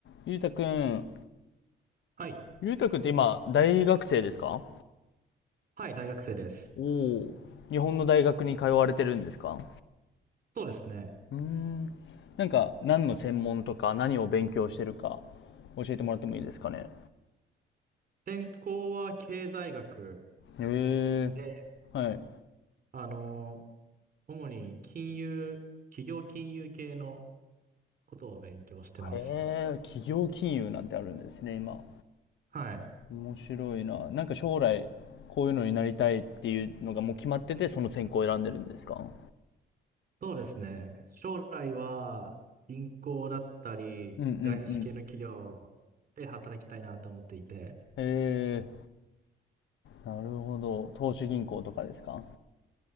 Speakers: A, on the left; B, on the right.
A: ゆうたくん、
B: はい。
A: ゆうたくんって今、大学生ですか
B: はい、大学生です。
A: おお、日本の大学に通われてるんですか
B: そうですね。
A: うーん、なんか何の専門とか何を勉強してるか教えてもらってもいいですかね。
B: 専攻は経済学
A: へえ、
B: で、
A: はい。
B: あの、主に金融、企業金融系のことを勉強してます。
A: へえ、企業金融なんてあるんですね、今。
B: はい。
A: 面白いな。なんか将来こういうのになりたいっていうのがもう決まってて、その専攻を選んでるんですか
B: そうですね。将来は銀行だったり、
A: うんうんうん。
B: 外資系の企業で働きたいなと思っていて、
A: へえ、なるほど。投資銀行とかですか